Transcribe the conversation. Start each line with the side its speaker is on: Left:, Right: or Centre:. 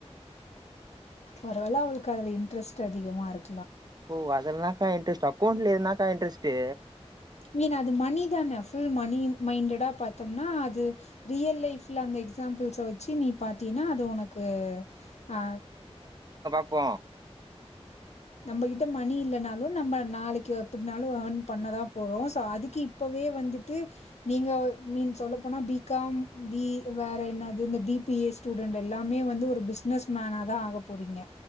Left: ஒருவேள அவளுக்கு அதுல இன்ட்ரெஸ்ட் அதிகமாருக்
Right: ஓ அதெல்னாகா இன்ட்ரெஸ்ட்டு அக்கௌண்ட்ல என்னக்கா இன்ட்ரெஸ்டு
Left: மீன் அது மணி தான ஃபுல் மணி மைண்டடா பாத்தம்னா அது ரியல் லைஃப்ல அந்த இஸாம்பிள்ஸ் வச்சி நீ பாத்தியேனா அது உனக்கு அ
Right: போ
Left: நம்பகிட்ட மணி இல்லனாலு நம்ப நாளைக்கு எப்ட்னாலு இயன் பண்ணதா போறோ சோ அதுக்கு இப்பவே வந்துட்டு நீங்க மீ சொல்ல போனா பி காம் பி வேற என்னது இந்த பி பி ஏ ஸ்டூடெண்ட் எல்லாமே வந்து ஒரு பிஸ்னஸ் மேனா தா ஆக போறீங்க